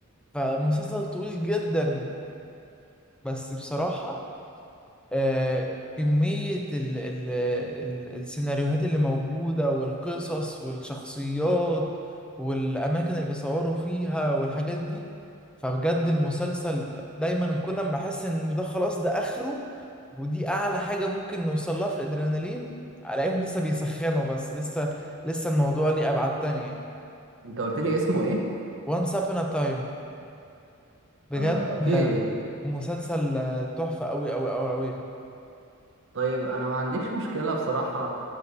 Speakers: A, in the centre; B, on the right.
A: فمسلسل طويل جدا بس بصراحة آه، كمية ال ال ال السيناريوهات اللي موجودة والقصص والشخصيات والأماكن اللي بيصوروا فيها والحاجات دي فبجد المسلسل دايما كل ما بحس إن ده خلاص ده آخره ودي أعلى حاجة ممكن نوصل لها في الأدرينالين ألاقيهم لسه بيسخنوا بس لسه لسه الموضوع ليه أبعاد تانية يعني
B: انت قلت لي اسمه ايه
A: Once Upon a Time بجد
B: آه اوكي
A: آه، مسلسل آه، تحفة أوي أوي أوي أوي يعني.
B: طيب انا ما عنديش مشكلة بصراحة